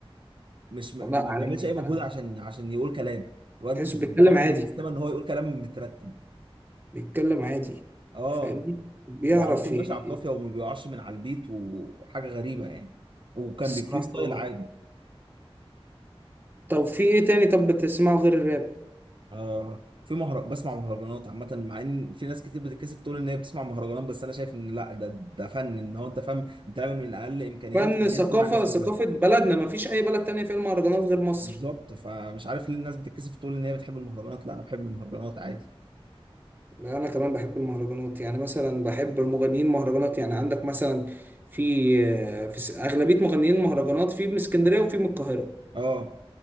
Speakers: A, on the right; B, on the right.
A: مش م-
B: والله
A: ما
B: عالمي
A: بيعملش اي مجهود
B: عالمي
A: عشان عشان يقول كلام الواد
B: تحسه بيتكلم
A: دماغه
B: عادي
A: متسيستمه ان هو يقول كلام مترتب
B: بيتكلم عادي
A: اه
B: فاهمني بيعرف
A: وعلى طول
B: ي-
A: ماشي على القافيه وما بيقعش من على البيت وحاجه غريبه يعني وكان
B: الصراحه
A: بيفري ستايل عادي
B: طب في ايه تاني طب بتسمعه غير الراب
A: آه في مهر... بسمع مهرجانات عامة مع ان في ناس كتير بتتكسف تقول ان هي بتسمع مهرجانات بس انا شايف ان لا ده ده فن ان هو انت فاهم بتعمل من اقل امكانيات
B: فن
A: وان
B: ثقافه
A: انت مع الناس كلها
B: ثقافه بلدنا ما فيش اي بلد تانية فيها المهرجانات غير مصر
A: بالظبط فمش عارف ليه الناس بتتكسف تقول ان هي بتحب المهرجانات لا انا بحب المهرجانات عادي
B: لا، انا كمان بحب المهرجانات يعني مثلا بحب المغنيين مهرجانات يعني عندك مثلا في آه، في س- اغلبيه مغنيين المهرجانات في من اسكندريه وفي من القاهره
A: اه